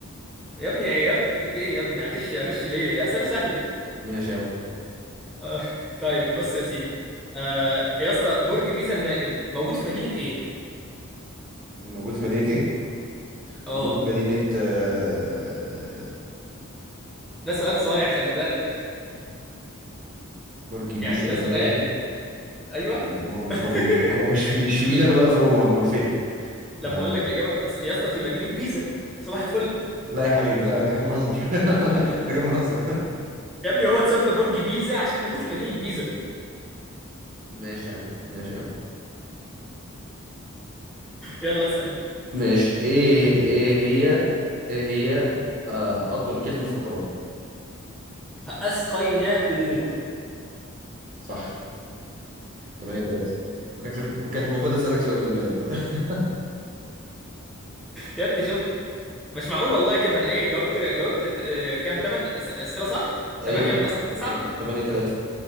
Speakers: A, in the centre; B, on the right.
A: يا ابني يا ابني في ايه يا ابني اغش اغش ليه اسئله سهله
B: ماشي يا عم
A: آه، طيب بص يا سيدي آه يا اسطى برج بيزا المائل موجود في مدينة ايه؟
B: موجود في مدينة ايه
A: اه
B: موجود في مدينة آه،
A: ده سؤال صايع خلي بالك
B: برج بيزا
A: يعني ده
B: المايل
A: سؤال ايوه
B: ما هو مش
A: <laughs>
B: ما هو مش مش في ميلان
A: لما
B: ولا في روما امال فين
A: لما
B: آه،
A: اقول لك الاجابه انت هتص... يا اسطى في مدينة بيزا صباح الفل
B: لا يا حبيبي لا انا جاي بنهزر <laughs> انا جاي بنهزر
A: يا ابني هو اتسمى برج بيزا عشان موجود في مدينة بيزا
B: <laughs> ماشي يا عم ماشي يا عم
A: يلا اسأل
B: ماشي ايه ايه هي ايه هي آه اطول كلمة في القرآن
A: فأسقيناكموه
B: صح 8 3 ما كانش ما كانش المفروض اسالك سؤال <laughs>
A: يا ابني شفت مش معقول والله كده انا ايه جاوبت جاوبت ت- آه، كام تمن أس- أسئلة صح؟
B: ايوه
A: 8
B: تلاتة.
A: من اصل 9
B: تم- 8 3